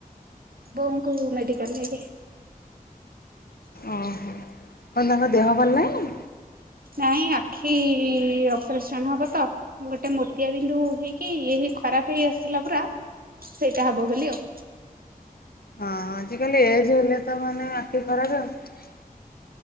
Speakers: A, on the right; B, on the left.
A: ବଉଙ୍କୁ ମେଡିକାଲ୍ ନେଇକି
B: ଓହୋ କଣ ତାଙ୍କ ଦେହ ଭଲ ନାହିଁ?
A: ନାଇଁ ଆଖି ଅପରେସନ ହବ ତ ଗୋଟେ ମୋତିଆ ବିନ୍ଦୁ ହେଇକି ଇଏ ଖରାପ ହେଇ ଆସିଥିଲା ପୁରା ସେଇଟା ହବ ବୋଲି ଆଉ।
B: ହଁ ଆଜିକାଲି ଏଜ୍ ହେଲେ ତ ମାନେ ଆଖି ଖରାପ୍ ଆଉ ।